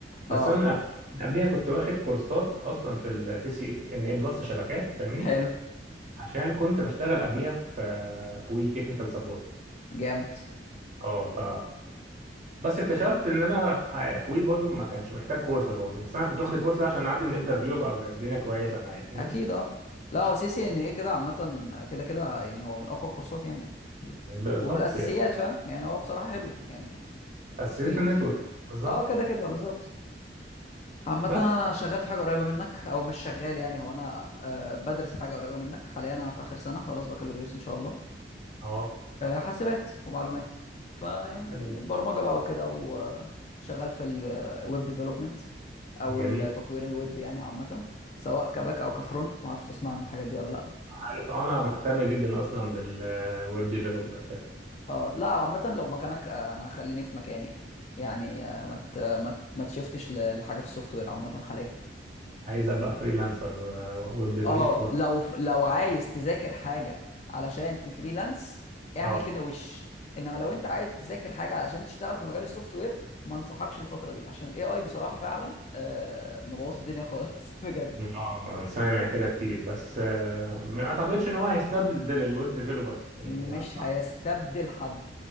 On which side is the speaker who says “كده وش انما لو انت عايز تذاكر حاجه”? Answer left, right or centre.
Left